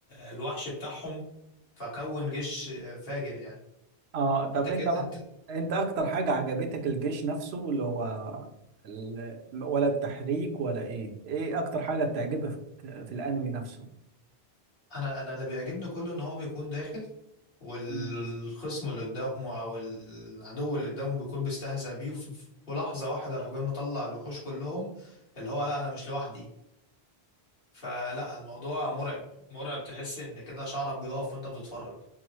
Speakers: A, on the left (about 60°); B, on the right (about 85°).
A: الوحش بتاعهم فكون جيش فاجر يعني
B: اه طب
A: انت كده
B: انت مثلا
A: انت
B: انت اكتر حاجة عجبتك الجيش نفسه اللي هو ال... ولا التحريك ولا ايه ايه اكتر حاجة بتعجبك في الانمي نفسه
A: انا انا اللي بيعجبني كله ان هو بيكون داخل والخصم
B: مم.
A: اللي قدامه او العدو اللي قدامه بيكون بيستهزأ بيه وفي في لحظة واحدة الحجام مطلع الوحوش كلهم اللي هو لا انا مش لوحدي فلا الموضوع مرعب مرعب تحس ان كده شعرك بيقف وانت بتتفرج